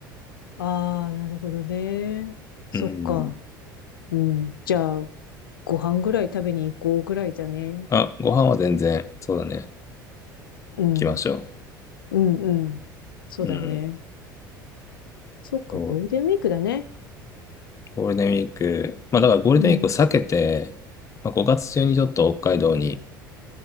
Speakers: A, on the left; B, on the left.
A: ああ、なるほどね。そっか。
B: うん。
A: うん。じゃあ、ご飯ぐらい食べに行こうぐらいだね。
B: あ、ご飯は全然、そうだね。行
A: うん。
B: きましょ
A: うん、うん。そうだね。
B: う。うん。
A: そっか、
B: そう
A: ゴールデンウィークだね。
B: ゴールデンウィーク、まあだからゴールデンウィークを避けて、
A: うん。
B: まあ、5月中にちょっと北海道に、